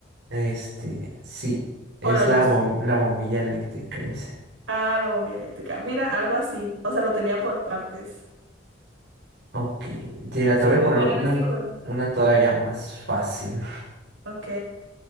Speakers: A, on the right (about 60°); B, on the right (about 85°).
A: Este, sí, es
B: O la luz.
A: la, bom- la bombilla eléctrica, Ilse.
B: Ah, la bombilla eléctrica. Mira, algo así. O sea, lo tenía por partes.
A: Ok, mira,
B: Soy
A: te voy a
B: muy
A: poner
B: buena
A: una,
B: en este juego.
A: una todavía más fácil.
B: Ok.